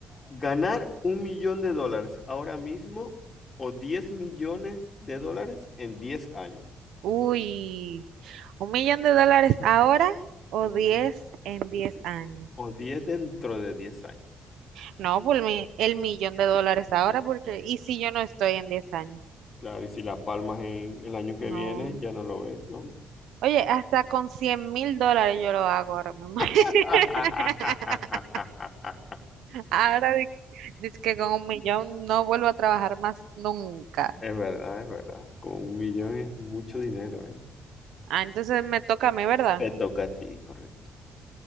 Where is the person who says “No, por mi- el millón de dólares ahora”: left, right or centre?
Right